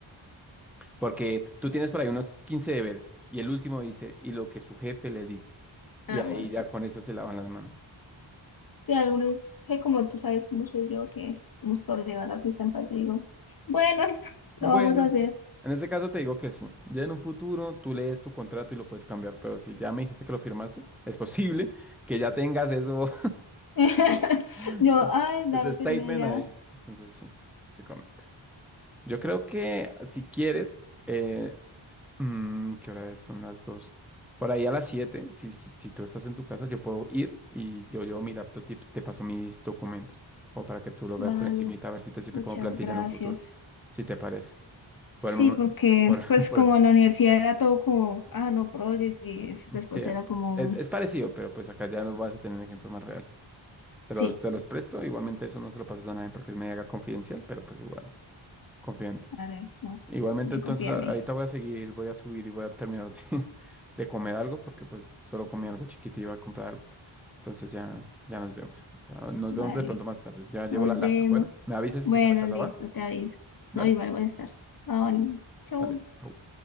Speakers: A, in the centre; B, on the left.
A: Porque tú tienes por ahí unos 15 deberes y el último dice, y lo que su jefe le diga. Y
B: ah,
A: ahí
B: bueno, sí.
A: ya con eso se lavan las manos.
B: Y algunos que como tú sabes cómo soy yo, que hemos por llevar la fiesta en paz y digo, bueno, <laughs> lo
A: Bueno,
B: vamos a hacer.
A: en este caso te digo que sí. Ya en un futuro tú lees tu contrato y lo puedes cambiar, pero si ya me dijiste que lo firmaste, es posible que ya tengas eso,
B: <laughs>
A: <laughs>
B: Yo, ay, dale,
A: ese statement
B: firme ya.
A: ahí. Entonces sí, te comento. Yo creo que si quieres, eh, mm, ¿qué hora es? Son las dos. Por ahí a las siete, si, si, si tú estás en tu casa, yo puedo ir y yo llevo mi laptop y te paso mis documentos, como para que tú lo veas
B: Vale,
A: por encimita, a ver si te sirve
B: muchas
A: como plantilla
B: gracias.
A: en un futuro, si te parece.
B: Sí,
A: Por el momen-
B: porque
A: por, <laughs>
B: pues
A: por,
B: como en la universidad era todo como, ah, no, project, y es- después
A: Sí,
B: era como,
A: es,
B: un,
A: es parecido, pero pues acá ya no vas a tener un ejemplo más real. Te los,
B: sí,
A: te los presto, igualmente eso no se lo pasas a nadie porque es mega confidencial, pero pues igual, confidente.
B: vale, no,
A: Igualmente
B: me
A: entonces
B: confía
A: a-
B: en
A: ahorita
B: mí,
A: voy a seguir, voy a subir y voy a terminar de, <laughs> de comer algo porque pues solo comí algo chiquito y iba a comprar algo. Entonces ya, ya nos vemos. Ya nos
B: vale,
A: vemos de pronto más tarde. Ya llevo
B: nos
A: la laptop.
B: vemos.
A: Bueno, me avisas si
B: Bueno,
A: estás en la casa,
B: listo,
A: ¿va?
B: te aviso.
A: Dale,
B: No, igual voy a estar. Vale, chao.
A: dale, chau.